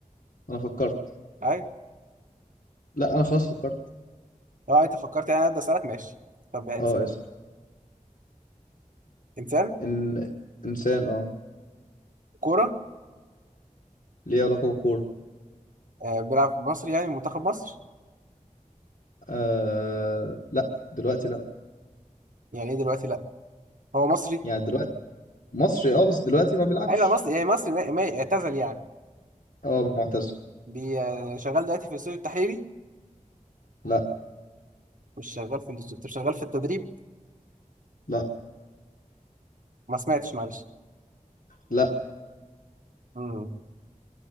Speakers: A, on the left; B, on the right.
A: انا فكرت
B: ايوه
A: لا انا خلاص فكرت
B: اه انت فكرت يعني انا اسالك ماشي طب يعني
A: اه
B: انسان
A: اسال
B: انسان
A: ان انسان اه
B: كوره
A: ليه علاقه بالكوره
B: آه، بيلعب في مصر يعني منتخب مصر
A: آه لا دلوقتي لا
B: يعني ايه دلوقتي لا هو مصري
A: يعني دلوقتي مصري اه بس دلوقتي ما بيلعبش
B: ايوه مصري يعني مصري ما ما- اعتزل يعني
A: اه معتزل
B: بي- آه، شغال دلوقتي في الاستوديو التحليلي
A: لا
B: مش شغال في الاندستري طب شغال في التدريب
A: لا
B: ما سمعتش معلش
A: لا
B: امم